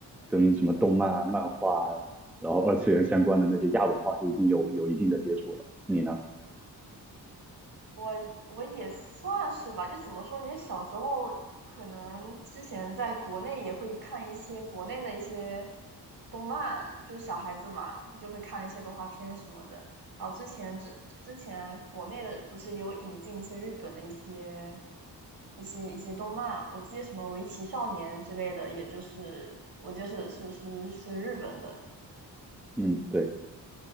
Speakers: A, in the centre; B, on the right.
A: 跟什么动漫啊、漫画啊，然后二次元相关的那些亚文化就已经有有一定的接触了。你呢？
B: 我我也算是吧，就怎么说，你小时候可能之前在国内也会看一些国内的一些动漫，就小孩子嘛，就会看一些动画片什么的。然后之前之之前国内的不是有引进一些日本的一些一些一些动漫，我记得什么《围棋少年》之类的，也就是我就是是是是日本的。
A: 嗯，对，